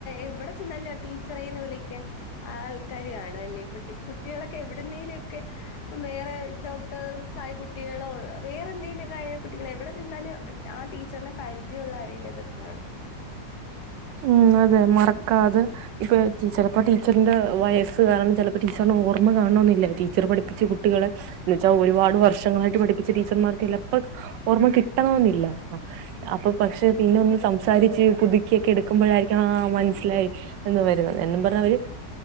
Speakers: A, on the left (about 65°); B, on the right (about 85°).
A: ഇവിടെ ചെന്നാലും. ടീച്ചറന്ന് വിളിക്കാൻ ആ ആൾക്കാര ആണ അല്ലേ ഇട്ടി കുട്ടികളൊക്കെ എവിടുന്നേലും ഒക്കെ ഇപ്പം വേറെ ഡോക്ടേഴ്സ് ആയ കുട്ടികളോ വേറെ എന്തെങ്കിലുമക്കെ ആ കുട്ടികളോ എവിടെ ചെന്നാലും ആ ടീ ടിചാർ പരിചയള്ള ആരെങ്കിലൊക്കെ കാണും.
B: ഉം അതെ മറക്ക അത് ഇപ്പൊ ചിലപ്പോ ടീച്ചറിന്റെ വയസ്സ് കാരണം ചിലപ്പോ ടീച്ചറിനെ ഓർമ്മ കാണൊന്നില്ല ടീച്ചർ പഠിപ്പിച്ചച്ച് കുട്ടികളെ എന്നുവച്ച് ൽ ഒരുപാട് വർഷങ്ങളായിട്ട് പഠിപ്പിച്ച ടീച്ചർമാർക്ക് ചിലപ്പോ ഓർമ്മ കിട്ടണമെന്നില്ല അപ്പൊ പക്ഷെ പിന്നെ ഒന്ന് സംസാരിച്ച് പുതി പുതുക്കിയ ഒക്കെ എടുക്കുമ്പോഴായിരിക്കും ആ മനസ്സിലായി. എന്ന് വരുന്നത് എന്നും പറഞ്ഞാ അവര്